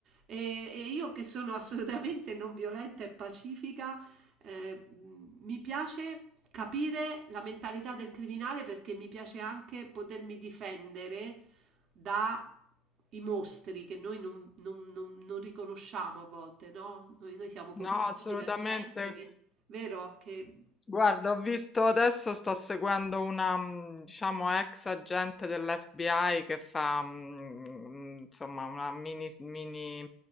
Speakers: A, on the right; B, on the left.
A: E, e io che sono <laughs> assolutamente non violenta e pacifica, eh, mi piace capire la mentalità del criminale perché mi piace anche potermi difendere da i mostri che noi non, non- non- non riconosciamo a volte, no? Noi, noi siamo contornati
B: No, assolutamente.
A: da gente che Vero che
B: Guarda, ho visto adesso, sto seguendo una, mh, diciamo, ex agente dell'FBI che fa, mh, insomma, una mini, mini,